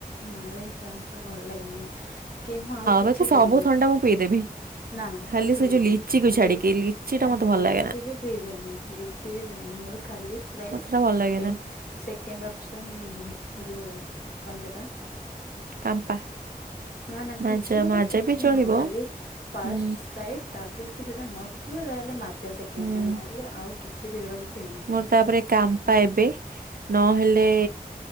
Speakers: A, on the left; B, on the right.
A: ନା <unintelligible> ଭଲ ଲାଗେନି କି ମୁଁ ଆଉ କିଛି
B: ବାକି
A: ବି
B: ସବୁ
A: ପିଏନି।
B: ଥଣ୍ଡା ମୁଁ ପିଇଦେବି
A: ନା
B: ଖାଲି
A: କିଛି
B: ସେ
A: ପିଇବିନି
B: ଯୋଉ ଲିଚିକୁ
A: ଖାଲି
B: ଛାଡିକି ଲିଚିଟା
A: ନା
B: ମତେ
A: ନା
B: ଭଲ
A: ଲିଚି
B: ଲାଗେ
A: ବି ପିଇବିନି। ମୋର ଖାଲି ସ୍ପ୍ରାଇଟ୍
B: ମତେ ସେଟା ଭଲ
A: ସେକେଣ୍ଡ।
B: ଲାଗେ ନା
A: ସେକେଣ୍ଡ ଅପସନ୍ ଯୋଉ କଣ ସେଟା
B: କାମ୍ପା।
A: ନାଁ ନାଁ
B: ମାଜା
A: କିଛି ବା
B: ମାଜା
A: କିଛି
B: ବି ଚଳିବ
A: ନୁହଁ ଖାଲି ଫାଷ୍ଟ
B: ହୁଁ
A: ସ୍ପ୍ରାଇଟ ତାପରେ ଯଦି ସେଟା ନଥିବ ତାହେଲେ ମାଜା ସେକେଣ୍ଡରେ
B: ହୁଁ
A: ନହେଲେ ଆଉ। କିଛି ବି ଏଗୁରା ନୁଁ।
B: ମୋର ତାପରେ କାମ୍ପା ଏବେ ନହେଲେ